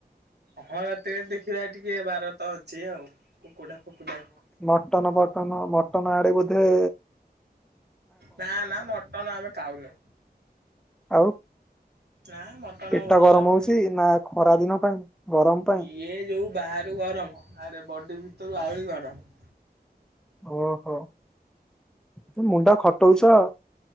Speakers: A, on the right; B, in the centre.
A: ହଁ ରାତିରେ ଦେଖିବା ଟିକେ ବାର ତ ଅଛି ଆଉ। କୁକୁଡ଼ା ଫୁକୁଡ଼ା।
B: ମଟନ ଫଟନ ମଟନ ଆଡେ ବୋଧେ
A: ନା, ନା ମଟନ ଆମେ ଖାଉନୁ।
B: ଆଉ
A: ନା ମଟନ
B: ପେଟ
A: ଆଉ ଭଲ
B: ଗରମ
A: ଲାଗୁନି।
B: ହଉଛି ନା ଖରା ଦିନ ପାଇଁ। ଗରମ ପାଇଁ
A: ଇଏ ଯୋଉ ବାହାରୁ ଗରମ ଆରେ ବଡି ଭିତରୁ ଆହୁରି ଗରମ।
B: ଓହୋ, ତୁ ମୁଣ୍ଡ ଖଟଉଚ।